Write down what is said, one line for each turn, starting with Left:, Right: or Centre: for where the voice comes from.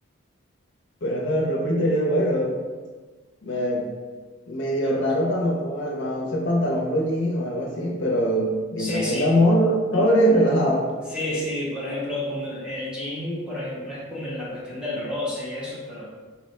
Left: Pero es la ropa interior, bueno, me, medio
Centre: Ah,
Left: raro cuando ponga, cuando use pantalón blue jean o algo así, pero mientras
Centre: Sí, sí,
Left: tenga mono, sobres, relajado,
Centre: sí, sí, por ejemplo, con el jean, por ejemplo, es con la cuestión del roce y eso, pero